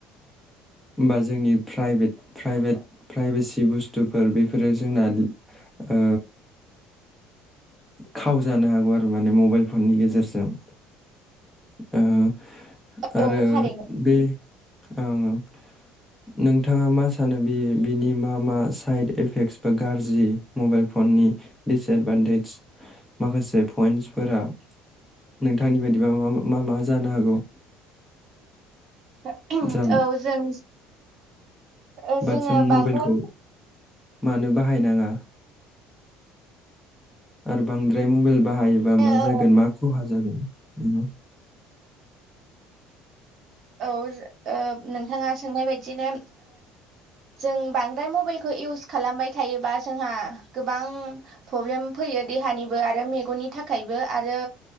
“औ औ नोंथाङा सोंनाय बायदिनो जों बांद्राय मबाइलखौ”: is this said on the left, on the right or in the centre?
Right